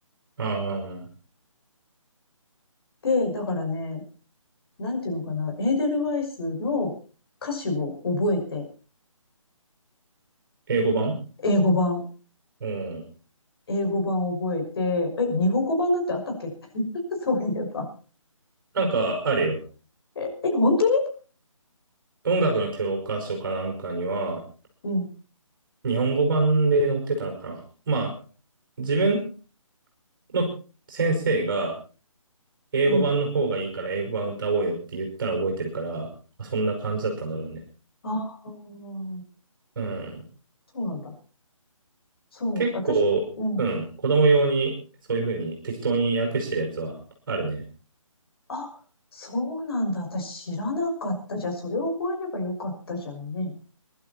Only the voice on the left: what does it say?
て、だからね、なんていうのかな、エーデルワイスの歌詞を覚えて、
英語版
英語版覚えて、え、日本語版なんてあったっけ <laughs> そういえば。
え、え、本当に
うん、
うん。
ああ、そ
うなんだ。そう、
私、うん。
あ、そうなんだ。私知らなかった。じゃあ、それを覚えればよかったじゃんね。